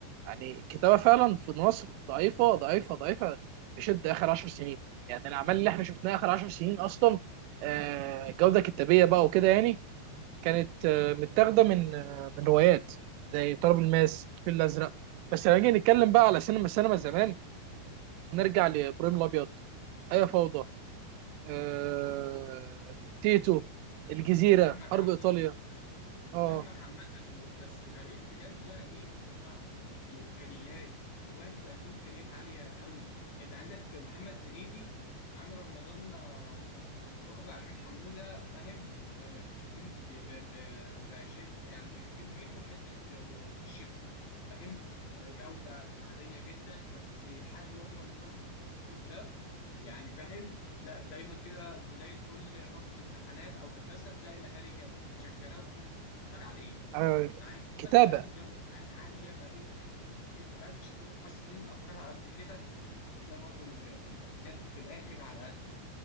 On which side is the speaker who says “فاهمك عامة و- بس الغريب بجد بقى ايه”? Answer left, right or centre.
Left